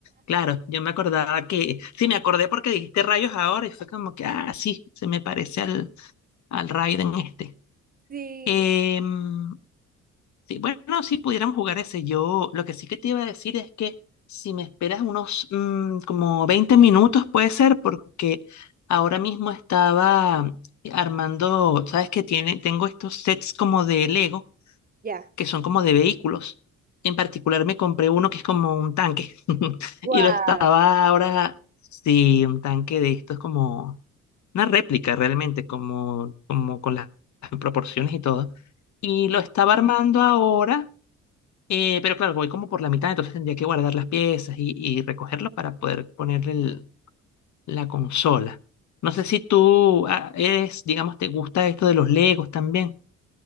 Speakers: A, on the left (about 70°); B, on the right (about 30°).
A: Claro, yo me acordaba que. Sí, me acordé porque dijiste rayos ahora y fue como que, ah, sí, se me parece al, al Raiden este.
B: sí,
A: Em, sí, bueno, sí pudiéramos jugar ese. Yo lo que sí que te iba a decir es que si me esperas unos mm, como 20 minutos puede ser porque ahora mismo estaba armando, sabes que tiene, tengo estos sets como de Lego
B: ya.
A: que son como de vehículos. En particular me compré uno que es como un tanque <laughs>
B: Wow,
A: y lo estaba ahora, sí, un tanque de estos como una réplica realmente, como, como con las <laughs> proporciones y todo. Y lo estaba armando ahora, eh, pero claro, voy como por la mitad, entonces tendría que guardar las piezas y, y recogerlo para poder ponerle el- la consola. No sé si tú ah, eres, digamos, te gusta esto de los Legos también.